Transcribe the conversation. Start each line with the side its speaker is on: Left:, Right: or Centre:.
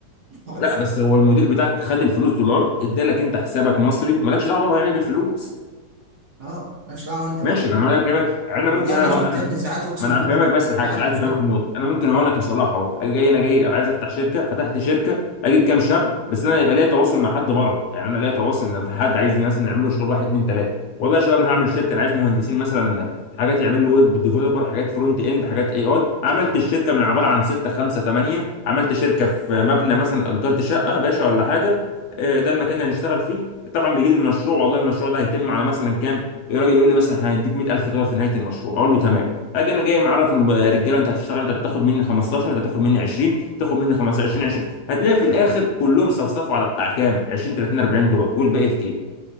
Right: بس.
Left: لا بس هو المدير بتاعك خد الفلوس دولار ادالك انت حسابك مصري مالكش دعوه هو يعمل ايه بالفلوس
Right: أه مالكش دعوة أنت بقى
Left: ماشي انا هقول لك كلمات يعني انا
Right: والله
Left: ممكن
Right: أنا
Left: انا
Right: شفت
Left: انا
Right: يا ابني ساعات أقسم
Left: ما انا
Right: بالله
Left: هفهمك
Right: بت-
Left: بس
Right: بتعدي
Left: حاجه انا عايز
Right: صد
Left: افهمك النقطه انا ممكن اهو انا كصلاح اهو اجي جاي انا جاي أنا عايز افتح شركه فتحت شركه اجيب كام شاب بس انا يبقى ليا تواصل مع حد بره يعني انا ليا تواصل ان في حد عايزني مثلا نعمل له شغل واحد اتنين تلاته والله يا شباب انا هعمل شركه انا عايز مهندسين مثلا حاجات يعملوا ويب ديفلوبر حاجات فرونت اند حاجات اي اي عملت الشركه من عباره عن سته خمسه ثمانيه عملت شركه في مبنى مثلا اجرت شقه باشا ولا حاجه آه، ده المكان اللي هنشتغل فيه طبعا بيجي لي المشروع والله المشروع ده هيتم على مثلا كام الراجل يقول لي مثلا احنا هنديك 100000 دولار في نهايه المشروع اقول له تمام اجي انا جاي معرف الم- الرجاله انت هتشتغل انت هتاخد مني 15 انت هتاخد مني 20 تاخد مني 15 20 20 هتلاقي في الاخر كلهم صفصفوا على بتاع كام 20 30 40 دولار والباقي في جيبي